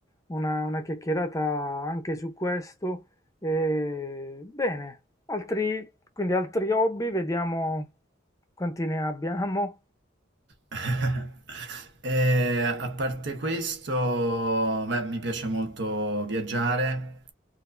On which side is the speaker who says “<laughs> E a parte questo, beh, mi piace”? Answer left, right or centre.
Right